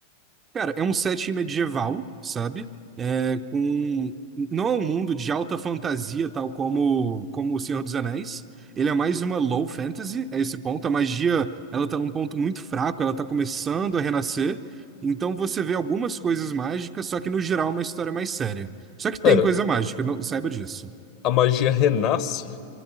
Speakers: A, on the right (about 20°); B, on the left (about 40°).
A: Cara, é um setting medieval, sabe? É, com... Não é um mundo de alta fantasia, tal como, como O Senhor dos Anéis. Ele é mais uma low fantasy, a esse ponto. A magia, ela tá num ponto muito fraco, ela tá começando a renascer. Então você vê algumas coisas mágicas, só que no geral é uma história mais séria. Só que tem
B: Pera,
A: coisa mágica, não, saiba disso.
B: a magia renasce?